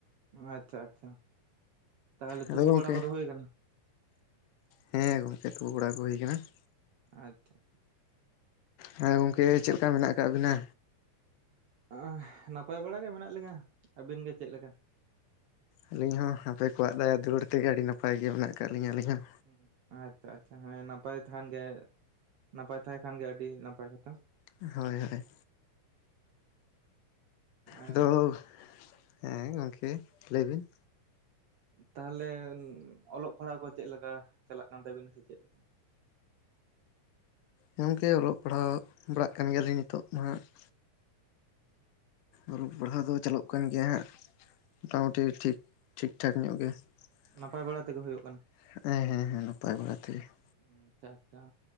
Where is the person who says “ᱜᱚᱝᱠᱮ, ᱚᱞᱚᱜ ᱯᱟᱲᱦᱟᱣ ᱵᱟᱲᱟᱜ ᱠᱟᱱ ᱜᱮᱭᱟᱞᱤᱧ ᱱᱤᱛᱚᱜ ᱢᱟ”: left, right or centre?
Left